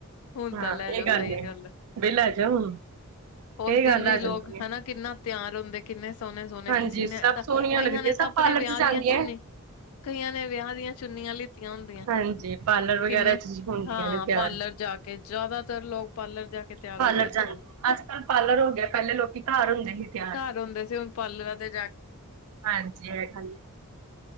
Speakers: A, on the left (about 70°); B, on the right (about 75°).
A: ਹੁਣ
B: ਹਾਂ,
A: ਤਾਂ ਲੈ ਜਾਓ
B: ਇਹ ਗੱਲ
A: ਸਹੀ
B: ਵੈ।
A: ਐ
B: ਵੀ ਲੈ ਜਾਓ,
A: ਉਸ
B: ਇਹ
A: ਦਿਨ
B: ਗੱਲ
A: ਵੀ
B: ਆ ਜਾਂਦੀ
A: ਲੋਕ
B: ਆ।
A: ਹਨਾ ਕਿੰਨਾ ਤਿਆਰ ਹੁੰਦੇ। ਕਿੰਨੇ ਸੋਹਣੇ- ਸੋਹਣੇ।
B: ਹਾਂਜੀ
A: ਕਿਸੇ ਨੇ
B: ਸਭ
A: ਤਾਂ,
B: ਸੋਹਣੀਆਂ
A: ਕਈਆਂ
B: ਲੱਗਦੀਆਂ
A: ਨੇ ਤਾਂ
B: ਸਭ
A: ਆਪਣੇ
B: ਪਾਰਲਰ
A: ਵਿਆਹ
B: ਚ ਜਾਂਦੀਆਂ
A: ਦੀਆਂ ਚੁੰਨੀ
B: ਏ।
A: ਕਈਆਂ ਨੇ ਵਿਆਹ, ਦੀਆਂ ਚੁੰਨੀਆਂ ਲਿੱਤੀਆਂ ਹੁੰਦੀਆਂ।
B: ਹਾਂਜੀ। ਪਾਰਲਰ ਵਗੈਰਾ
A: ਕਿੰਨੇ
B: ਚ, ਹੁੰਦੀਆਂ
A: ਹਾਂ
B: ਨੇ ਤਿਆਰ।
A: ਪਾਰਲਰ ਜਾ ਕੇ ਜ਼ਿਆਦਾਤਰ ਲੋਕ ਪਾਰਲਰ ਜਾ ਕੇ ਤਿਆਰ
B: ਪਾਰਰ
A: ਹੁੰਦੇ ਅੱਜ
B: ਜਾਂਦੇ
A: ਕੱਲ੍ਹ
B: ਨੇ। ਕੱਲ ਪਾਰਲਰ ਹੋ ਗਿਆ। ਪਹਿਲੇ ਲੋਕੀ ਘਰ ਹੁੰਦੇ ਸੀ ਤਿਆਰ।
A: ਘਰ ਹੁੰਦੇ ਸੀ ਹੁਣ ਪਾਰਲਰਾਂ ਤੇ
B: ਹਾਂਜੀ। ਜਿਖਾਂਦੇ